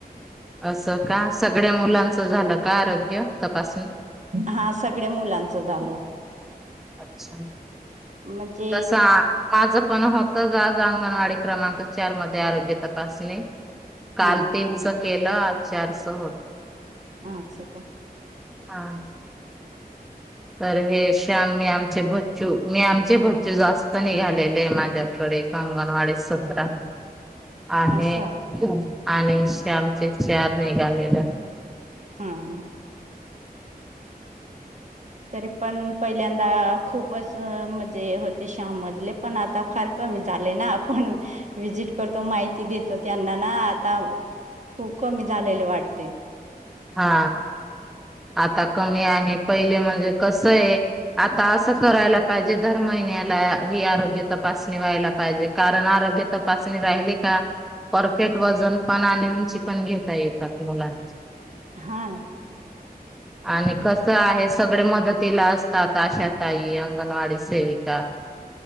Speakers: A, in the centre; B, on the right (about 50°).
A: असं का सगळ्या मुलांचं झालं का आरोग्य तपासणी
B: हा सगळ्या मुलांचं झालं
A: अच्छा
B: म्हणजे
A: तस माझ पण होत जाग अंगणवाडी क्रमांक चार मध्ये आरोग्य तपासणी काल
B: हा
A: तीन केलं चारस होत
B: हा असं का
A: हा तर हे श्यामी आमचे बच्चू मी आमचे बच्चू जास्त निघालेले आहे माझ्या क कांगण वा सज <unintelligible> आहे
B: असं
A: आणि श्यामचे चार नाही घालेलं
B: हम्म तरी पण पहिल्यांदा खूपच मजे होते श्याम मधले पण आता फार क झाले ना आपण विजिट करतो माहिती देतो त्यांना ना आता खूप कमी झालेले वाटते
A: हा आता कमी आहे पहिले म्हणजे कसं आहे आता असं करायला पाहिजे दर महिन्यात लाया हि आरोग्य तपासणी व्हायला पाहिजे, कारण आरोग्य तपासणी झाली का परफेक्ट वजन पण आणि उंची पण घेता येतात मुलांची
B: हा
A: <inaudible> आणि कसं आहे सगळे मदतीला असतात. आशाताई, अंगणवाडी सेविका,